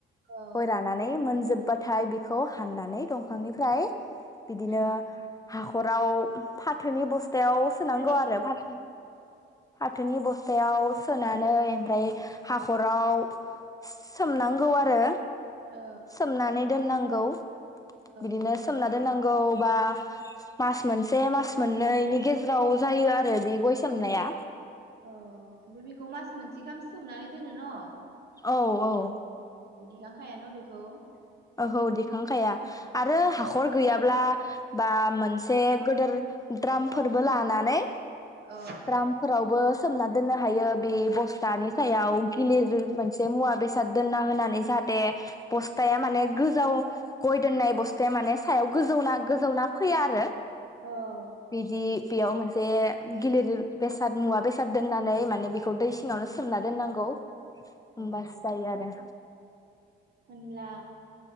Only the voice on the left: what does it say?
गय रानानै मोनजोबबा थाय बेखौ हाननानै दंफांनिफ्राय बिदिनो
हा ख'राव फाथोनि बुस स्थायाव सोनांगौ
आरो फाथो फाथोनि बस्थायाव सोनानै ओमफ्राय हाख'राव सोमनांगौ आरो।
सोमनानै दोननांगौ। गौ
बिदिनो
सोमना दोननां गौ बा मास मोनसे मास मोननैनि गेजेराव जायो आरो बि गय सोमनाया।
औ औ
ओहौ दिखांखाया आरो
हाख'र गैयाब्ला बा मोनसे गोदोर द्रामफोरबो लानानै
द्रामफोरावबो सोमना दोननो हायो बे बस्थानि सायाव गिलिर मोनसे मुवा बेसाद दोनना होनानै जाहाथे बस्थाया माने गोजाव गय दोननाय बस्थाया माने सायाव गोजौना गोजावना फैया आरो।
बिदि बेयाव मोनसे गिलिर बेसाद मुवा बेसाद दोननानै माने बेखौ दै सिङावनो सोमना दोननांगौ। होनबासो
जायो आरो।